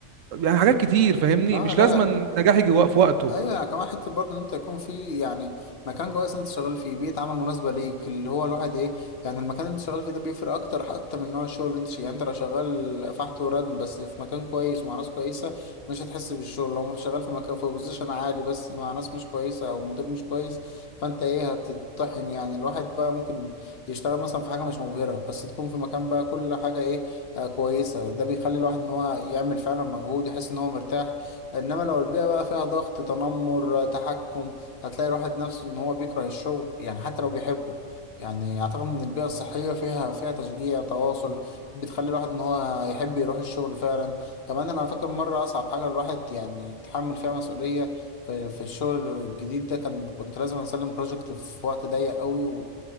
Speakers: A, on the right; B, on the left.
A: يعني حاجات كتير فاهمني
B: اه
A: مش
B: لا
A: لازم النجاح يجي وق- في وقته
B: ايوه يعني كمان حته برضه ان انت يكون في يعني مكان كويس انت شغال فيه بيئه عمل مناسبه ليك اللي هو الواحد ايه يعني المكان اللي انت شغال فيه ده بيفرق اكتر حتى من نوع الشغل اللي انت شغال يعني انت لو شغال فحت وردم بس في مكان كويس مع ناس كويسه مش هتحس بالشغل لو شغال في مكان في بوزيشن عالي بس مع ناس مش كويسه او مدير مش كويس فانت ايه هتتطحن يعني الواحد بقى ممكن يشتغل مثلا في حاجه مش مبهره بس تكون في مكان بقى كل حاجه ايه آه كويسه ده بيخلي الواحد ان هو يعمل فعلا مجهود يحس ان هو مرتاح انما لو البيئه بقى فيها ضغط تنمر تحكم هتلاقي الواحد نفسه ان هو بيكره الشغل يعني حتى لو بيحبه يعني اعتقد ان البيئه الصحيه فيها فيها تشجيع تواصل بتخلي الواحد ان هو يحب يروح الشغل فعلا كمان انا فاكر مره اصعب حاجه الواحد يعني يتحمل فيها مسؤوليه في, في الشغل الجديد ده كان كنت لازم اسلم بروجكت في وقت ضيق قوي